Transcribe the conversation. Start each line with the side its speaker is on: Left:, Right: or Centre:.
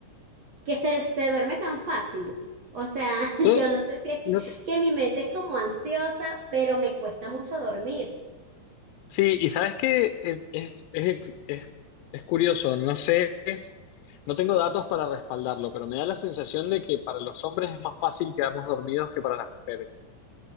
Right: que se, se duerme tan fácil. O sea, <laughs>
Left: Yo,
Right: yo no sé si es que,
Left: no sé,
Right: que mi mente es como ansiosa, pero me cuesta mucho dormir.
Left: Sí, y sabes que eh, es, es, es, es curioso, no sé, no tengo datos para respaldarlo, pero me da la sensación de que para los hombres es más fácil quedarnos dormidos que para las mujeres.